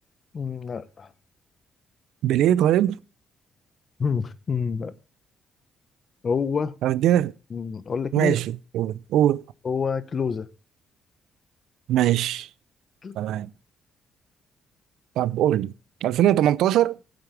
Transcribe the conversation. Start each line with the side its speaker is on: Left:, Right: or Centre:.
Left: مم، لا
Right: بيليه طيب
Left: <laughs> مم، مم، لا هو
Right: طب اديني
Left: مم، أقول لك
Right: ماشي
Left: مين
Right: قول قول
Left: هو كلوزا
Right: ماشي
Left: <clears throat>
Right: تمام طب قول لي 2018